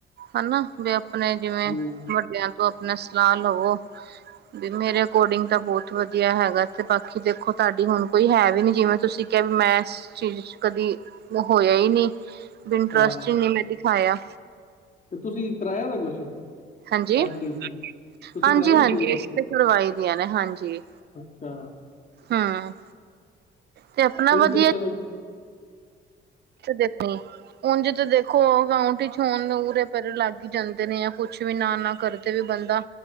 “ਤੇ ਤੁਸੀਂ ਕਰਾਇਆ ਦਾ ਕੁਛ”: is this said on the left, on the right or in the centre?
Left